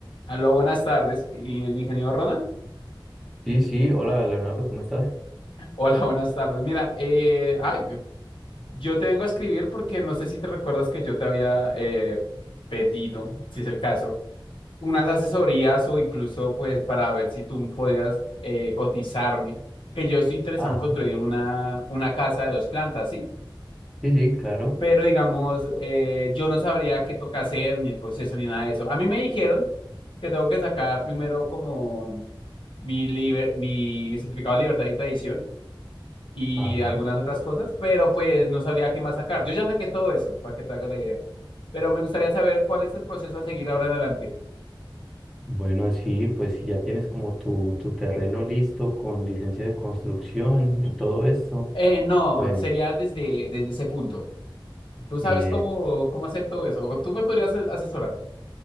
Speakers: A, on the left; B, in the centre.
A: Aló, buenas tardes. ¿Y el ingeniero Ronald?
B: Sí, sí, hola Leonardo, ¿cómo estás?
A: Hola, buenas tardes. Mira, eh, ay, yo yo te vengo a escribir porque no sé si te recuerdas que yo te había eh, pedido, si es el caso, unas asesorías o incluso pues para ver si tú podrías eh, cotizarme, que yo estoy interesado
B: Ajá,
A: en construir una, una casa de dos plantas, ¿sí?
B: Sí, sí, claro.
A: pero digamos, eh, yo no sabría qué toca hacer, ni el proceso, ni nada de eso. A mí me dijeron que tengo que sacar primero como mi, liber- mi, mi certificado de libertad y tradición y
B: Ajá.
A: algunas otras cosas, pero pues no sabría qué más sacar. Yo ya saqué todo eso, para que te hagas la idea. Pero me gustaría saber cuál es el proceso a seguir ahora en adelante.
B: Bueno, sí, pues si ya tienes como tu, tu terreno listo con licencia de construcción y todo esto.
A: Eh, no,
B: Pues,
A: sería desde, desde ese punto. ¿Tú sabes
B: eh,
A: cómo, cómo hacer todo eso? ¿O ¿Tú me podrías ases- asesorar?